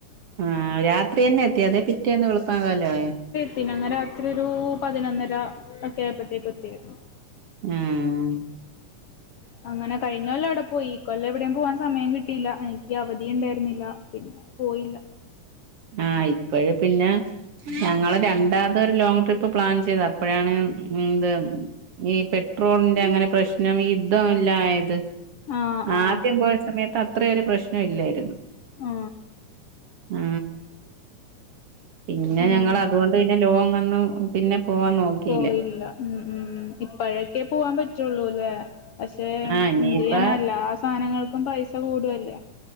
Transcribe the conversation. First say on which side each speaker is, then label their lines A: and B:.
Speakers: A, on the right (about 55°); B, on the left (about 65°).
A: ആ രാത്രി തന്നെ എത്തി അതെ പിറ്റേന്ന് വെളുപ് പകലായ
B: ത്തീനു അന്ന്‌രാത്രി ഒരു പതിനൊന്നര ഒക്കെ ആയപ്പോഴത്തേക്ക് എത്തിയ്രുന്നു
A: ആഹ്
B: അങ്ങനെ കഴിഞ്ഞ കൊല്ലം ഇവിടെ പോയി. ഇകൊല്ലം എവിടെം പോവാൻ സമയം കിട്ടിയില്ല എനിക്ക് അവധി ഇണ്ടായിരുന്നില്ല പിന്നെ പോയില്ല
A: ആഹ് ഇപ്പഴ് പിന്നെ ഞങ്ങള് രണ്ടാമത് ഒരു ലോങ്ങ് ട്രിപ്പ് പ്ലാൻ ചെയ്ത് അപ്പഴാണ് ന്ത് ഈ പെട്രോളിന്റെ അങ്ങനെ പ്രശ്നം ഈ യുദ്ധം എല്ലാം ആയത്
B: ആ ആ
A: ആദ്യം പോയ സമയത്ത്അത് അത്രയൊരു പ്രശ്നം ഇല്ലായിരുന്നു
B: ആ
A: ആഹ് പിന്നെ
B: അങ്ങനെ
A: ഞങ്ങള് അതുകൊണ്ട് പിന്നെ ലോങ് ഒന്നും പിന്നെ പോവാൻ നോക്കിയില്ല
B: പോയില്ല ഉം ഉം ഇപ്പഴൊക്കെ പോവാൻ പറ്റുള്ളൂ അല്ലേ പക്ഷെ
A: ആഹ് ഇനിയിപ്പ
B: എന്ത് ചെയ്യാനാ എല്ലാ സാധനങ്ങൾക്കും- ഇപ്പൊ പൈസ കൂടുവല്ലേ